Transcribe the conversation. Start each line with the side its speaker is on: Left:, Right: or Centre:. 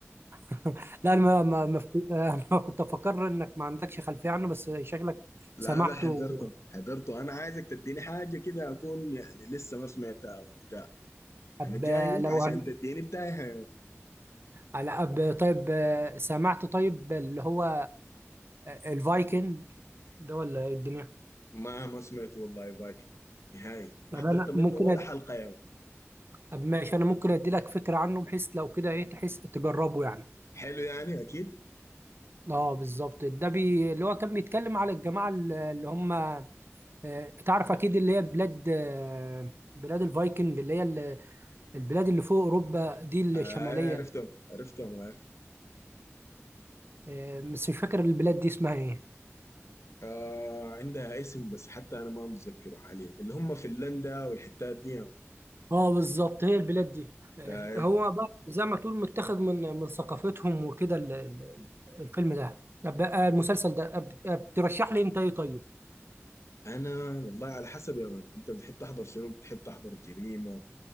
Right: <laughs> لا انا ما ما ما فك- <laughs> آه، انا كنت افكر انك ما عندكش خلفية عنه بس شكلك
Left: لا
Right: سمعته
Left: لا حضرته حضرته أنا عايزك تديني حاجة كده أكون يعني لسه ما سمعتها وبتاع
Right: طب
Left: أنا جايك
Right: آه، لو
Left: عشان
Right: هن...
Left: تديني بتاعي
Right: على أب طيب آه، سمعت طيب اللي هو آه، آه، الفايكنج ده ولا إيه الدنيا؟
Left: ما ما سمعت والله فايكنج نهائي ما
Right: طب
Left: حضرت
Right: انا
Left: منه
Right: ممكن
Left: ولا حلقة يا مان
Right: طب ماشي انا ممكن ادي لك فكره عنه بحيث لو كده ايه تحس تجربه يعني
Left: حلو يعني أكيد
Right: اه بالظبط ده بي اللي هو كان بيتكلم على الجماعه ال- اللي هم آه، تعرف اكيد اللي هي بلاد آه، بلاد الفايكنج اللي هي ال- البلاد اللي فوق اوروبا دي
Left: آه
Right: الشماليه
Left: عرفتهم عرفتهم آه.
Right: آه، بس مش فاكر البلاد دي اسمها ايه
Left: آه عندها اسم بس حتى أنا ما متذكره حاليا اللي هم فنلندا والحتات دي يا مان.
Right: اه بالظبط هي البلاد دي آه،
Left: آه.
Right: هو بقى زي ما تقول متاخد من من ثقافتهم وكده ال- ال- الفيلم ده طب بقى المسلسل ده أب- أب- ترشح لي انت ايه طيب
Left: أنا والله على حسب يا مان أنت بتحب تحضر شنو بتحب تحضر جريمة